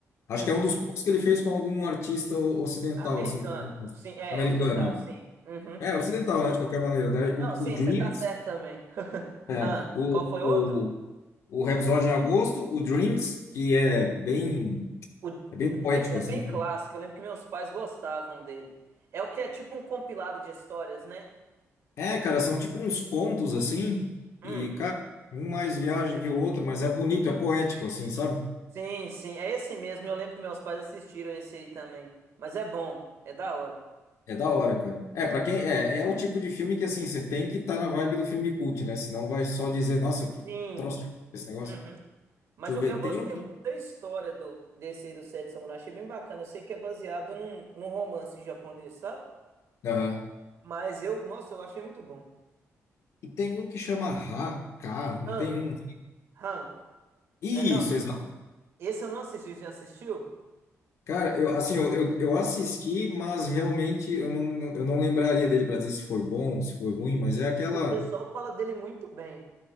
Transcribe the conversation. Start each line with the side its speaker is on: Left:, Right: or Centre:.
Left: Acho
Right: Uhum.
Left: que é um dos poucos que ele fez com algum artista o- ocidental,
Right: Americano.
Left: assim, pelo que me consta.
Right: Sim, é,
Left: americano,
Right: ocidental, sim. Uhum.
Left: é. É, ocidental, né, de qualquer maneira. Daí
Right: Não,
Left: O,
Right: sim,
Left: o Dreams,
Right: você tá certo também. <laughs>
Left: é,
Right: Ah,
Left: o,
Right: qual foi
Left: o,
Right: o outro?
Left: o episódio em agosto, o Dreams, que é bem,
Right: O,
Left: é bem poético,
Right: o Dreams é
Left: assim.
Right: bem clássico, eu lembro que meus pais gostavam dele. É o que é tipo um compilado de histórias, né?
Left: É, cara, são tipo uns contos, assim,
Right: Hum.
Left: e, cara, um mais viagem que o outro, mas é bonito, é poético, assim, sabe?
Right: Sim, sim, é esse mesmo. Eu lembro que meus pais assistiram esse aí também. Mas é bom, é da hora.
Left: É da hora, cara. É, pra quem é, é o tipo de filme que assim, você tem que estar na vibe do filme cult, né? Senão vai só dizer, nossa, que
Right: Sim.
Left: troço esse negócio.
Right: Uhum. Mas
Left: Deixa eu
Right: eu,
Left: ver,
Right: eu gostei
Left: tem um que.
Right: muito da história do desse aí do Sete Samurai. Achei bem bacana. Eu sei que é baseado num, num romance japonês, sabe?
Left: Aham.
Right: Mas eu, nossa, eu achei muito bom.
Left: E tem um que chama Ra, K, não
Right: Han,
Left: tem um.
Right: Han,
Left: Isso,
Right: né não?
Left: exato.
Right: Esse eu não assisti, já assistiu?
Left: Cara, eu assim, eu, eu, eu assisti, mas realmente eu não, eu não lembraria dele pra dizer se foi bom, se foi ruim, mas é aquela.
Right: O pessoal fala dele muito bem.